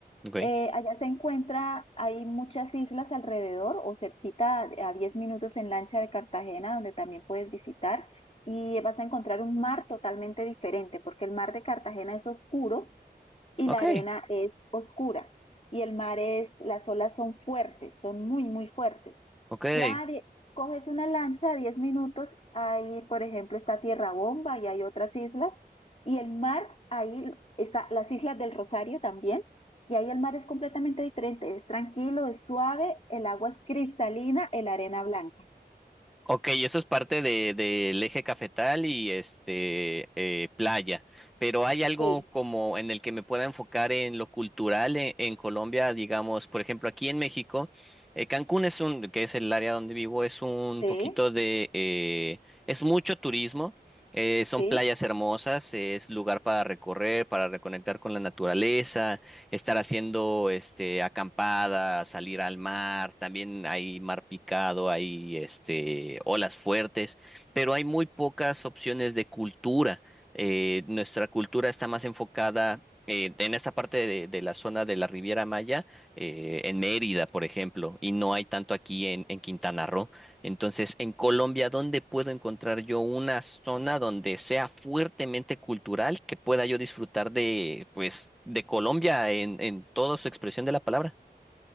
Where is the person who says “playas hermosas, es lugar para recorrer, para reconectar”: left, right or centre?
Centre